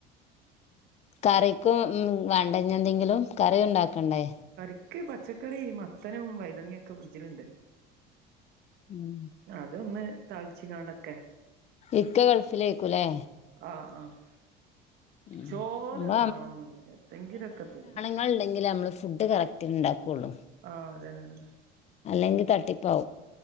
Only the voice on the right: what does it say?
ഒക്കെ പച്ചക്കറി മത്തനും വൈതൻങ്ങി ഒക്കെ ഫ്രിഡ്ജിലുണ്ട്
അതൊന്ന് താളിച്ച്ങ്ങാണ്ടക്കെ
ആഹ് ആഹ്
ചോറ്
വാണന്നില്ല ന്തങ്കിലൊക്കെ തിന്ന
ആഹ് അതന്നെ അതന്നെ